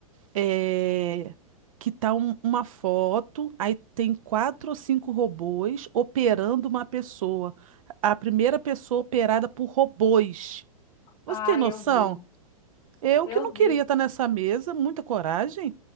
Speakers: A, on the right (about 70°); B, on the left (about 20°).
A: é, que tá um- uma foto, aí tem quatro ou cinco robôs operando uma pessoa. A primeira pessoa operada por robôs. Você
B: Ai,
A: tem noção?
B: eu vi.
A: Eu
B: Eu
A: que não queria
B: vi
A: estar nessa mesa, muita coragem,